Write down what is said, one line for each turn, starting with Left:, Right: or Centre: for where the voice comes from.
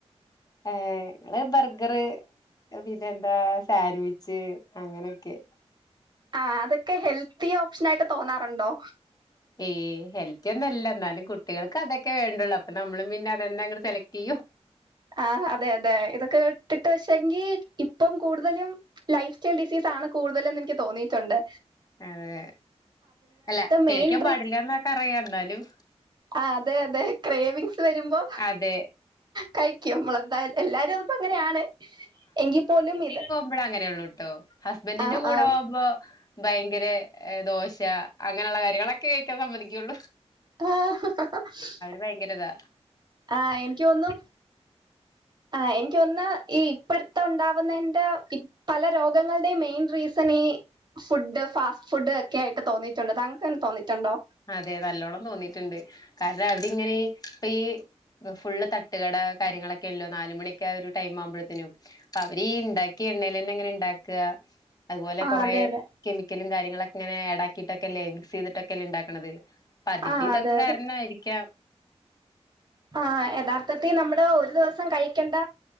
Left: ഏഹ് ഞങ്ങള് ബർഗർ പിന്നെ എന്താ സാൻവിച്ച് അങ്ങനെക്കെ
Right: ആഹ് അതൊക്കെ ഹെൽത്തി ഓപ്ഷനായിട്ട് തോന്നാറുണ്ടോ?
Left: ഏയ് ഹെൽത്തിയൊന്നല്ല ന്നാലും കുട്ടികൾക്ക് അതൊക്കെ വേണ്ടുള്ളൂ അപ്പൊ നമ്മളും പിന്നെ അതെന്നങ്ങട് സെലക്ട്ടെയ്യും.
Right: ആഹ് അതെ അതെ ഇതൊക്കെ ഇട്ടിട്ട് പക്ഷെങ്കി ഇപ്പം കൂടുതലും. ലൈഫ് സ്റ്റൈൽ ഡിസീസാണ് കൂടുതലെന്ന് എൻക്കി തോന്നിട്ടുണ്ട്
Left: അതെ അല്ല കഴിക്കാൻ
Right: മെയിൻ
Left: പാടില്ലന്നൊക്കെ അറിയാം ന്നാലും
Right: ആഹ് അതെ അതെ ക്രേവിങ്സ് വെരുമ്പോ
Left: അതെ
Right: കഴിക്കും മ്പളെന്തായ എല്ലാരുംഅത്പ്പോ അങ്ങനെയാണ് എങ്കിപോലും ഇത്
Left: മ്മള്അങ്ങനെള്ളൂട്ടോ ഹസ്ബന്റിന്റെ
Right: ആ
Left: കൂടൊവുമ്പോ
Right: ആ
Left: ഭയങ്കര ദോശ അങ്ങനെള്ള കാര്യങ്ങളൊക്കെ കഴിക്കാൻ സമ്മതിക്കോള്ളൂ.
Right: <unintelligible>
Left: ഭയങ്കരിതാ
Right: ആഹ് എനിക്ക്യോന്നു ആ എനിക്ക്‌യോന്ന് ഈ ഇപ്പഴ്ത്തെ ഒണ്ടാവുന്നേന്റെ പി പല രോഗങ്ങൾടെ മെയ്ൻ റീസണീ ഫുഡ് ഫാസ്റ്റ് ഫുഡ് ഒക്കെയായിട്ട് തോന്നിട്ടുണ്ട് താങ്കൾക്കങ്ങനെ തോന്നിട്ടുണ്ടോ?
Left: അതെ നല്ലോണ്ണം തോന്നീറ്റ്ണ്ട് കാരണം അവരിങ്ങനെ ഇപ്പ ഈ ഫുള്ള് തട്ടുകട കാര്യങ്ങളൊക്കെല്ലോ നാലുമണിയൊക്കെ ആ ഒരു ടൈം ആവുമ്പോഴ്ത്തേനും അവരീണ്ടാക്കിയ എണ്ണേൽ തന്നെ അങ്ങനെണ്ടാക്കുക അതുപോലെ
Right: ആഹ്
Left: കുറെ
Right: അതെ അതെ
Left: കെമിക്കലും കാര്യങ്ങളൊക്കെ ഇങ്ങനെ ടാക്കിട്ടൊക്കെ അല്ലേ മിക്സ് ചെയ്തിട്ടൊക്കെല്ലേ ഉണ്ടാക്കണത്. പ്പ അതിന്റെ
Right: ആഹ്
Left: ഇതൊക്കെ
Right: അതെ അതെ
Left: കാരണമായിരിക്കാം
Right: ആഹ് യഥാർത്ഥത്തിൽ നമ്മള് ഒരു ദിവസം കഴിക്കേണ്ട